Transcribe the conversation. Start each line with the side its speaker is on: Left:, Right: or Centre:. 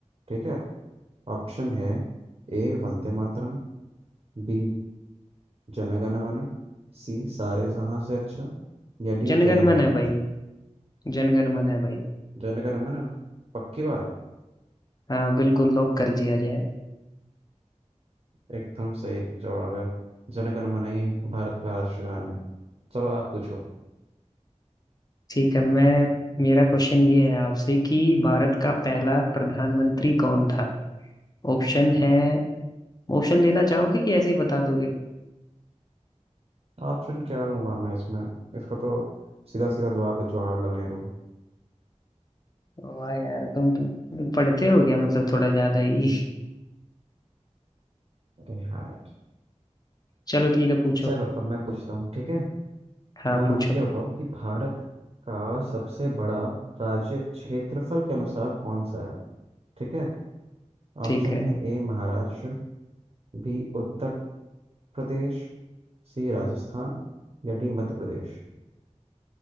Right: ठीक है ऑप्शन है ए वंदे मातरम बी जनगण मन सी सारे जहां से अच्छा या
Left: <laughs>
Right: डी
Left: जनगण
Right: जय
Left: मन
Right: हिंद
Left: है भाई जनगण मन है भाई
Right: जनगण मन पक्की बात
Left: हाँ बिल्कुल लॉक कर दिया जाए
Right: एकदम सही जवाब है जन गण मन ही भारत का राष्ट्रगान है चलो आप पूछो
Left: ठीक है मैं मेरा क्वेश्चन ये है आपसे कि भारत का पहला प्रधानमंत्री कौन था ऑप्शन है ऑप्शन लेना चाहोगे कि ऐसे ही बता दोगे
Right: ऑप्शन क्या लूंगा मैं इसमें इसका तो सीधा सीधा जवाब है जवाहरलाल नेहरू
Left: वाह यार तुम तुम तुम पढ़ते हो गया मतलब थोड़ा ज्यादा ही
Right: अरे हाँ यार
Left: <laughs> चलो ठीक है पूछो
Right: चलो अब मैं पूछता हूँ ठीक है अ,
Left: हाँ पूछो
Right: ये बताओ कि भारत का सबसे बड़ा राज्य क्षेत्रफल के अनुसार कौन सा है ठीक है ऑप्शन
Left: ठीक है
Right: है A Maharashtra B Uttar Pradesh C राजस्थान या डी मध्य प्रदेश